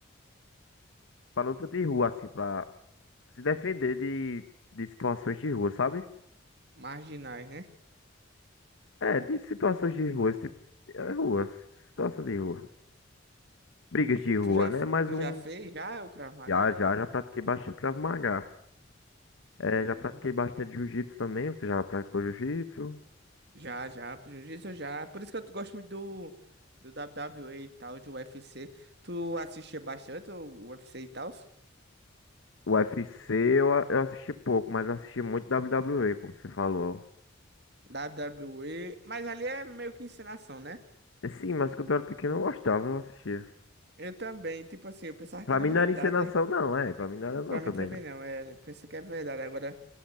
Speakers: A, on the left; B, on the right.
A: pra luta de rua assim, pra se defender de de situações de rua, sabe?
B: marginais, né?
A: É, de situações de rua, esse tipo, é rua, situação de rua. Brigas de rua,
B: Tu já,
A: né? Mais
B: tu
A: um
B: já fez já o Krav Maga?
A: Já, já, já pratiquei bastante Krav Maga. É,
B: Hum,
A: já pratiquei bastante Jiu-Jitsu também. Você já praticou Jiu-Jitsu?
B: já, já, prejuízo já. Por isso que eu gosto muito do, do WWE e e tal, do UFC. Tu assistia bastante o UFC e tal?
A: O C eu, a- eu assisti pouco, mas eu assisti muito WWE, como você falou.
B: W W E, mas ali é meio que encenação, né?
A: É, Sim, mas quando eu era pequeno eu gostava, eu assistia.
B: Eu também, tipo assim, eu pensava
A: Pra
B: que era
A: mim
B: verdade,
A: não era encenação,
B: aí
A: não, é. Pra mim não era não
B: pra
A: também,
B: mim também
A: não.
B: não, é, pensei que é verdade, agora